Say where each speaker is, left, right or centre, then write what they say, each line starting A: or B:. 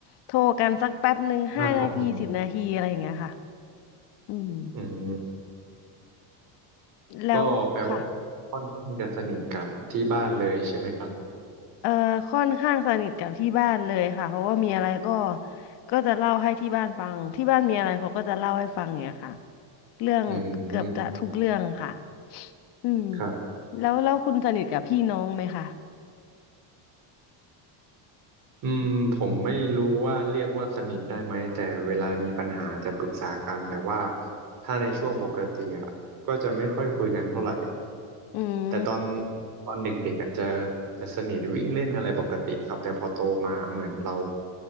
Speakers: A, on the left; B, on the right.
A: โทรกันสักแป๊บหนึ่งห้านาทีสิบนาทีอะไรอย่างเงี้ยค่ะ
B: มากกว่าผม
A: อืม
B: อืม
A: แล้วค่ะ
B: ก็แปลว่าค่อนข้างจะสนิทกับที่บ้านเลยใช่ไหมครับ
A: เอ่อค่อนข้างสนิทกับที่บ้านเลยค่ะเพราะว่ามีอะไรก็ก็จะเล่าให้ที่บ้านฟังที่บ้านมีอะไรเขาก็จะเล่าให้ฟังอย่างเงี้ยค่ะเรื่องเกือบจะทุกเรื่องค่ะ
B: อืม
A: อืม
B: ครับ
A: แล้วแล้วคุณสนิทกับพี่น้องไหมคะ
B: อืมผมไม่รู้ว่าเรียกว่าสนิทได้ไหมแต่เวลามีปัญหาจะปรึกษากันแต่ว่าถ้าในช่วงปกติอะก็จะไม่ค่อยคุยกันเท่าไหร่
A: อืม
B: แต่ตอนอืมตอนเด็กๆอะจะจะสนิทวิ่งเล่นอะไรปกติครับแต่พอโตมาเหมือนเรา